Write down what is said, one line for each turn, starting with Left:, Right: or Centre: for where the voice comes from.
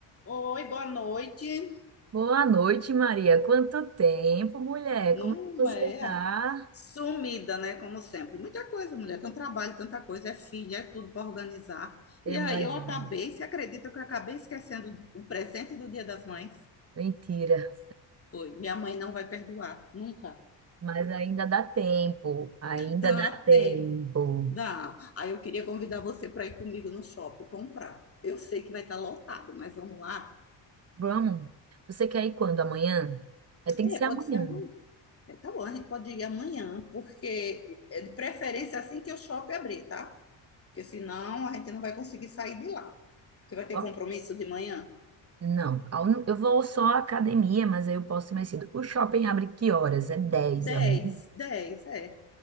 Left: Oi, boa noite.
Right: Boa noite, Maria. Quanto tempo, mulher?
Left: Não
Right: Como é que você
Left: é
Right: tá?
Left: sumida, né? Como sempre. Muita coisa, mulher. Tanto trabalho, tanta coisa. É filha, é tudo para organizar.
Right: Eu
Left: E aí
Right: imagino.
Left: eu acabei, você acredita que eu acabei esquecendo o presente do Dia das Mães?
Right: Mentira.
Left: Foi. Minha mãe não vai perdoar, nunca.
Right: Mas ainda dá tempo. Ainda
Left: Dá
Right: dá tempo.
Left: tempo, dá. Aí eu queria convidar você para ir comigo no shopping comprar. Eu sei que vai estar lotado, mas vamos lá.
Right: Vamos. Você quer ir quando? Amanhã? É, tem
Left: É,
Right: que ser
Left: pode
Right: amanhã.
Left: ser amanhã. É, Tá bom, a gente pode ir amanhã, porque é de preferência assim que o shopping abrir, tá? Porque senão a gente não vai conseguir sair de lá. Você vai ter
Right: Ok.
Left: compromisso de manhã?
Right: Não. a un- Eu vou só à academia, mas aí eu posso ir mais cedo. O shopping abre que horas? É 10
Left: dez
Right: amanhã.
Left: 10 é.